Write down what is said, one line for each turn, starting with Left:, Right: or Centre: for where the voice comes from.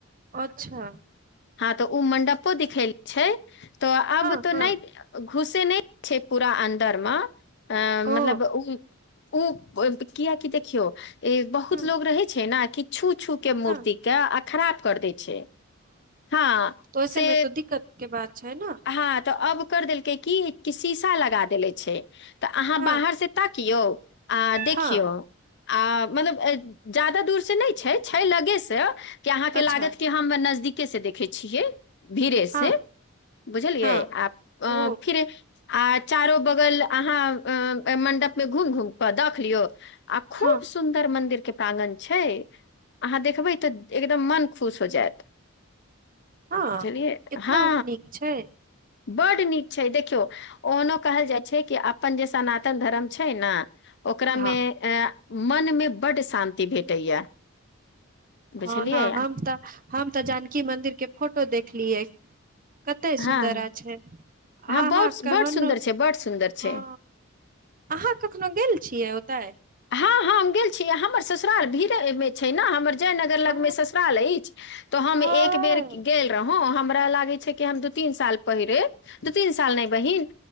Right: अच्छा
Left: हँ तो उ मंडपो दिखल छै तो आब
Right: हँ
Left: तो
Right: हँ
Left: नहि घुसे नहि छै पूरा अन्दर में अ मतलब
Right: ओ
Left: उ उ कियकि देखियौ इ बहुत
Right: हँ
Left: लोग रहे छै ने कि छू छू के मूर्ति
Right: हँ
Left: के आ खराब कर दै छै हँ
Right: वैसे
Left: से
Right: में तो दिक्कत के बात छै ने
Left: हँ तऽ अब कर देलकै की की शीशा लगा देेले छै तऽ अहाँ
Right: हँ
Left: बाहर से ताकियौ आ देखियौ
Right: हँ
Left: आ मतलब ज्यादा दूर से नहि छै लगे से कि अहाँके
Right: अच्छा
Left: लागत कि हम नजदीक के से देखै छियै भीरे
Right: हँ
Left: से बुझलियै
Right: हँ
Left: आ
Right: ओ
Left: फिर आ चारो बगल अहाँ मंडप मे घुम घुम क देख लियौ आ खूब
Right: हँ
Left: सुन्दर मंदिर के प्रांगन छै अहाँ देखबै तऽ एकदम मन खुश हो जायत
Right: हँ
Left: चलिए
Right: कितना
Left: हँ
Right: नीक छै
Left: बड्ड नीक छै देखियौ ओहनो कहल जाइ छै कि अपन जे सनातन धर्म छै ने ओकरामे
Right: हाँ
Left: अ मन मे बड्ड शान्ति भेटैया बुझलियै
Right: ह ने हम तऽ हम तऽ जानकी मंदिर के फोटो देखलियै कते सुन्दर
Left: हँ
Right: छै
Left: हँ
Right: अहाँ
Left: बहुत
Right: कहनो
Left: बड सुन्दर छै बड सुन्दर छै
Right: हँ अहाँ कखनो गेल छियै ओतय
Left: हँ हँ हम गेल छी हमर ससुराल भीड़मे छै ने हमर जयनगर लगमे
Right: ओ
Left: ससुराल अछि तऽ हम
Right: ओ
Left: एक बेर गेल रहौं हम लागै छै कि हम दू तीन साल पहिरे दू तीन साल नहि बहिन